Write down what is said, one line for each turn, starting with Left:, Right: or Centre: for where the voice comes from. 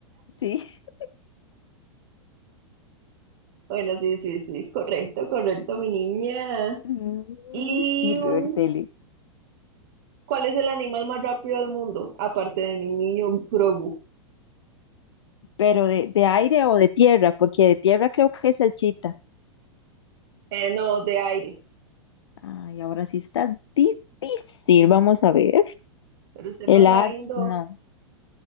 Left: Sí, <laughs>
Right: Bueno, sí, sí, sí, correcto, correcto, mi niña.
Left: Mm,
Right: ¿Y
Left: sirve
Right: um,
Left: ver tele.
Right: cuál es el animal más rápido del mundo? Aparte de mi niño Grogu.
Left: Pero de, de aire o de tierra, porque de tierra creo que es el chita.
Right: Eh, no, de aire.
Left: Ay, ahora sí está difícil. Vamos a ver.
Right: Pero usted
Left: El
Right: pasaba
Left: águila,
Right: viendo,
Left: no,